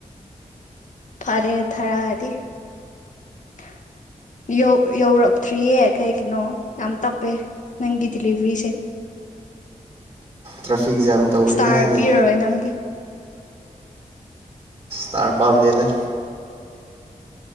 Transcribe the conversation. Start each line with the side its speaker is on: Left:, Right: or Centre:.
Left: ꯐꯔꯦ ꯊꯔꯛꯑꯗꯤꯧ ꯌꯧꯔꯛꯇ꯭ꯔꯤꯌꯦ ꯀꯩꯒꯤꯅꯣ ꯌꯥꯝ ꯇꯞꯄꯦ ꯅꯪꯒꯤ ꯗꯤꯂꯤꯚꯔꯤꯁꯦ ꯏꯁꯇꯥꯔ
Right: ꯇ꯭ꯔꯥꯐꯤꯛ ꯖꯥꯝ ꯇꯧꯔꯤ ꯍꯥꯏꯅꯦ
Left: ꯄꯤꯔꯔꯣꯏ ꯅꯪꯒꯤ
Right: ꯇꯔ ꯄꯝ ꯅꯗ